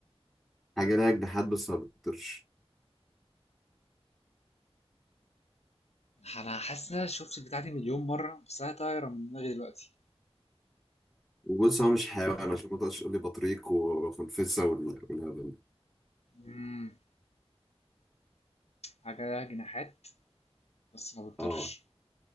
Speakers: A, in the centre; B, on the left.
A: حاجة ليها جناحات بس ما بتطيرش
B: انا حاسس ان انا شفت البتاع دي مليون مرة بس انا طايرة من دماغي دلوقتي
A: وبص هو مش حيوان عشان ما تقعدش تقول لي بطريق وخنفسه وال- والهبل ده.
B: امم حاجة لها جناحات بس ما بتطيرش
A: اه